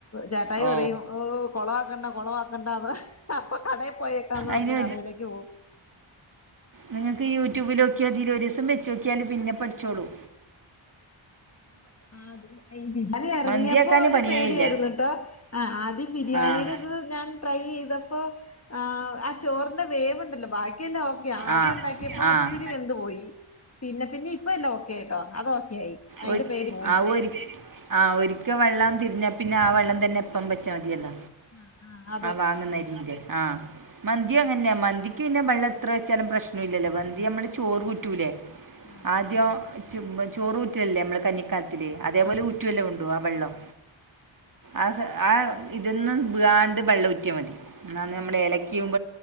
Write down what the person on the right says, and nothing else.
ഓ
അതിന്
നിങ്ങക്ക് യൂട്യൂബിലോക്ക്യാതില്ലൊ ഒരീസം വെച്ചോക്കിയാല് പിന്നെ പഠിച്ചോളു
മന്തിയാക്കാൻ
പണിയേ
ഇല്ല
ആഹ്
ആഹ്
ആഹ്
ഒ
ആഹ് ഒ ഒരിക്ക് ആഹ് ഒരിക്ക വെള്ളം തിരിഞ്ഞാ പിന്നെ ആ വെള്ളം തന്നെ എപ്പംവെച്ചാ മതിയല്ല
ആഹ് വാങ്ങുന്നരീന്റെ ആഹ് മന്തി അങ്ങെന്ന മന്തിക്ക് പിന്നെ വെള്ളം എത്ര വെച്ചാലും പ്രശ്നില്ലല്ലോ മന്തി നമ്മള് ചോറൂറ്റൂലേ
ആദ്യം
ചോറു ചോറൂറ്റിലല്ലേ മ്മള് കഞ്ഞിക കലത്തില് അതേപോലെ
ഊറ്റവേല്ലോ ഉണ്ടു അ വെള്ളം ആഹ് ആ ഇതൊന്നും വീയാണ്ട് വെള്ളം ഊറ്റിയ മതി എന്നാന്ന് നമ്മടെ
ഏലക്കെം